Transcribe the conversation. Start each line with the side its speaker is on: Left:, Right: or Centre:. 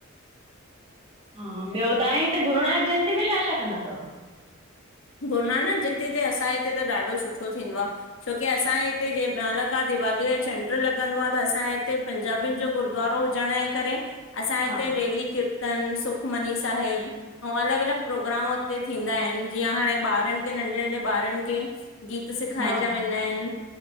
Right: हा, ॿियो तां हिते गुरुनानक जयंती में छा छा कंदा तव?
Left: गुरुनानक जयंती ते असां हिते त ॾाढो सुठो थींदो आ। छोकी असां हिते जे रोनक का दिवालीअ जो चंढ लॻंदो आ त असां हिते पंजाबीनि जो गुरुद्वारो चणे करे, असां हिते
Right: हा
Left: डेली किर्त किर्तन, सुखमनी साहिब अऊं अलॻि अलॻि प्रोग्राम हुते थींदा आहिनि। जीअं हाणे ॿारनि खे, नंढे नंढे ॿारनि खे गीत सिखाएजा
Right: हा
Left: वेंदा आहिनि,